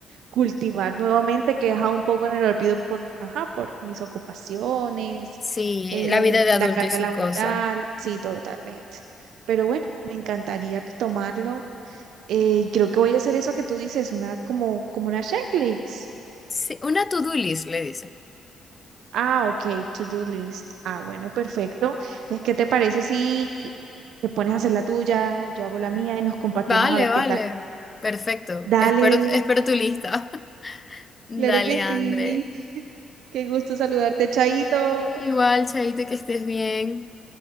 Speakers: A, on the right; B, on the left.
A: cultivar nuevamente, que he dejado un poco en el olvido por, ajá, por mis ocupaciones,
B: Sí,
A: eh,
B: la vida de
A: la
B: adulto
A: carga
B: y sus
A: laboral,
B: cosas.
A: sí, totalmente. Pero bueno, me encantaría retomarlo. eh, y creo que voy a hacer eso que tú dices, una como, como una checklist.
B: Sí, una to-do list, le dicen.
A: Ah, ok, to-do list. Ah, bueno, perfecto. Entonces, ¿qué te parece si te pones a hacer la tuya, yo hago la mía y nos compartimos
B: Vale,
A: a ver
B: vale,
A: qué tal?
B: perfecto.
A: Dale,
B: Espero, espero tu lista. <laughs> Dale,
A: Claro que sí.
B: André.
A: Qué gusto saludarte, Chaito.
B: Igual, Chaito, que estés bien.